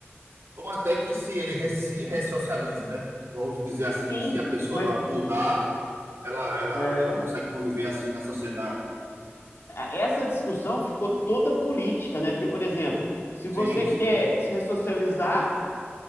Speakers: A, on the right; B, on the left.
A: Ou até que se ele re- se ressocialize, né? Vamos dizer assim,
B: Sim,
A: se a pessoa
B: mas
A: ela mudar, ela, ela,
B: é.
A: ela consegue conviver assim na sociedade.
B: Essa discussão ficou toda política, né? Porque, por exemplo, se você
A: Sim,
B: quer
A: sim.
B: se ressocializar,